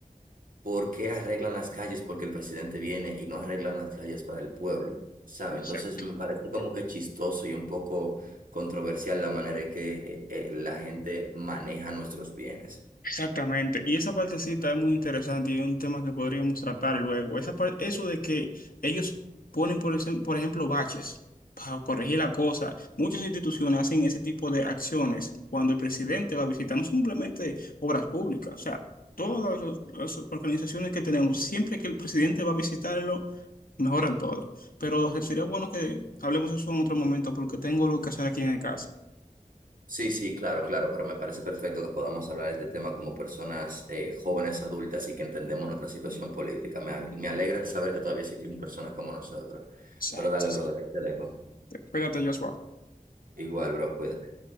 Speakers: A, on the right (about 70°); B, on the left (about 80°).
A: ¿Por qué arreglan las calles? Porque el presidente viene y no arreglan las calles para el pueblo, ¿sabe?
B: exacto.
A: Entonces me parece como que chistoso y un poco controversial la manera en que eh, eh, la gente maneja nuestros bienes.
B: Exactamente, y esa partecita es muy interesante y es un tema que podríamos tratar luego. Esa par- eso de que ellos ponen, por, ejem- por ejemplo, baches para corregir la cosa. Muchas instituciones hacen ese tipo de acciones cuando el presidente va a visitar, no simplemente obras públicas, o sea, todas las las organizaciones que tenemos, siempre que el presidente va a visitarlo, mejoran todo. Pero sería bueno que hablemos eso en otro momento porque tengo algo que hacer aquí en casa.
A: Sí, sí, claro, claro, pero me parece perfecto que podamos hablar de este tema como personas eh, jóvenes, adultas y que entendemos nuestra situación política. Me, al- me alegra saber que todavía existen personas como nosotros.
B: Exacto.
A: Pero dale, brother, ahí te dejo.
B: Cuídate, Joshua.
A: Igual, bro, cuídate.